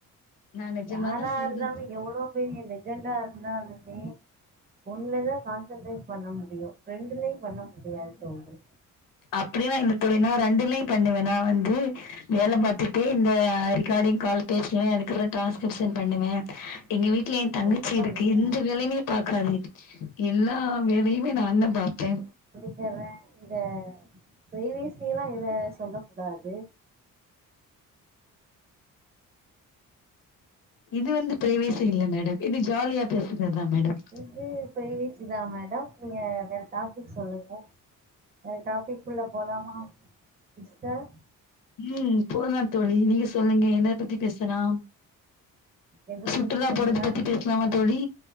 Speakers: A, on the left; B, on the right.
A: நா நெஜமாதா
B: யாரா
A: சொல்றே
B: இருந்தாலு
A: தோழி
B: எவ்ளோ பெரியலே அர்ஜெண்டா இருந்தாலுமே ஒன்ல தா கான்சன்ட்ரேட் பண்ண முடியு ரெண்டுலயு பண்ண முடியாது தோழி
A: அப்டில்லா இல்ல தோழி நா ரெண்டுலயு பண்ணுவ நா வந்து வேல பார்த்துட்டே இந்த ரெக்கார்டிங் கால் பேசுவ அதுக்கப்ற டிரான்ஸ்கிரிப்ஷன் பண்ணுவ எங்க வீட்டுல எய தங்கச்சி
B: அப்படியா
A: இருக்கு எந்த வேலையுமே பாக்காது எல்லா வேலையுமே நானுந்தா பாப்பே
B: சொல்றேன் இங்க பிரைவேசி எல்லா இதுல சொல்ல கூடாது
A: இது வந்து பிரைவேசி இல்ல மேடம் இது ஜாலியா பேசுறது தா மேடம்
B: இ பிரைவேசி தா மேடம் நீங்க வேற டாப்பிக் சொல்லுங்க வேற டாப்பிக்குள்ள போலாமா சிஸ்டர்
A: ம் போலா தோழி நீங்க சொல்லுங்க என்னய பத்தி பேசலா
B: எத
A: சுற்றுலா
B: பத்தி பேசலான்
A: போறது பத்தி பேசலாமா தோழி